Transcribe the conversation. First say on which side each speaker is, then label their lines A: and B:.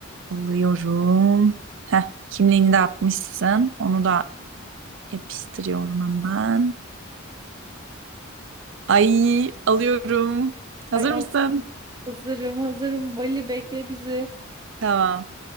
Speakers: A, on the right; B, on the right.
A: Alıyorum. Heh, kimliğini de atmışsın. Onu da yapıştırıyorum hemen. Ay alıyorum. Hazır
B: Ay al.
A: mısın?
B: Hazırım hazırım. Bali bekle bizi.
A: Tamam.